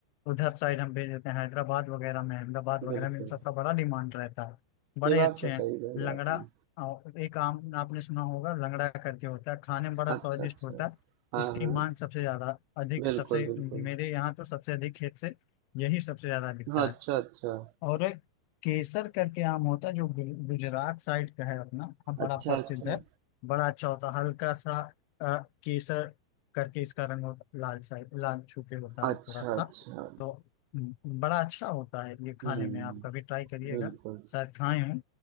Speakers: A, on the left; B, on the right.
A: उधर साइड हम भेज देते हैं हैदराबाद वगैरह में अहमदाबाद वगैरह
B: बिल्कुल।
A: में इन सबका बड़ा डिमांड रहता है बड़े
B: ये बात
A: अच्छे
B: तो
A: हैं
B: सही कही
A: लंगड़ा
B: आपने।
A: अ, एक आम आपने सुना होगा लंगड़ा करके होता है खाने में बड़ा
B: अच्छा,
A: स्वादिष्ट
B: अच्छा।
A: होता है
B: हाँ,
A: इसकी
B: हाँ।
A: मांग सबसे ज़्यादा अधिक
B: बिल्कुल,
A: सबसे
B: बिल्कुल।
A: मेरे यहाँ तो सबसे अधिक खेत से यही सबसे ज़्यादा बिकता
B: हाँ, अच्छा,
A: है
B: अच्छा।
A: और एक केसर करके आम होता है जो गु- गुजरात साइड का है अपना हाँ, बड़ा
B: अच्छा,
A: प्रसिद्ध
B: अच्छा।
A: है बड़ा अच्छा होता है हल्का सा अ, केसर करके इसका रंग होता है, लाल साइड लाल छू के होता
B: अच्छा,
A: है थोड़ा सा
B: अच्छा।
A: तो हम्म, बड़ा अच्छा होता है ये खाने
B: हुँ,
A: में आप कभी ट्राई करिएगा
B: बिल्कुल।
A: शायद खाए हैं